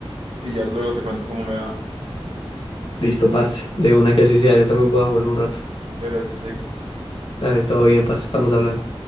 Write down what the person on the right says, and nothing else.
y ya luego te cuento cómo me va.
Gracias, Aiko.